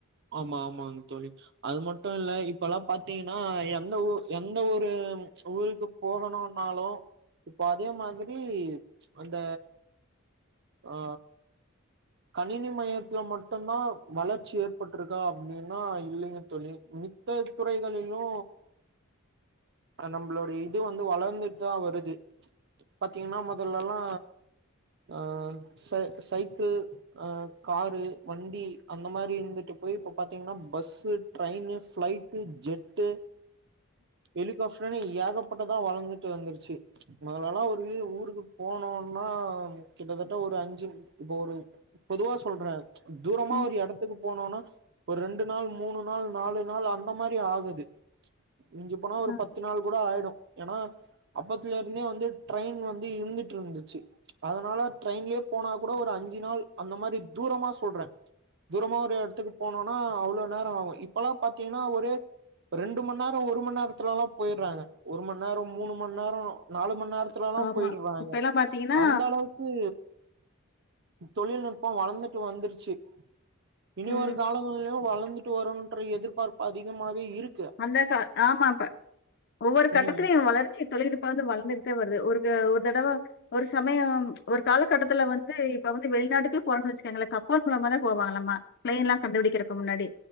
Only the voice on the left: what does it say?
ம்.
ம்.
ஆமா.
இப்பல்லாம் பாத்தீங்கன்னா,
ம்
அந்த கா ஆமாப்ப ஒவ்வொரு கட்டத்திலையு
இவன் வளர்ச்சி தொழில்நுட்ப்பா வந்து வளந்துகிட்டுதா வருது ஒருக ஒரு தடவ ஒரு சமயோ ஒரு காலகட்டத்துல வந்து இப்ப வந்து வெளிநாட்டுக்கே போறன்னு வொச்சுக்கோங்ளே கப்பல் மூலமாதா போவாங்களமா ப்ளைன்னல்லா கண்டுபிடிக்கிறக்கு முன்னாடி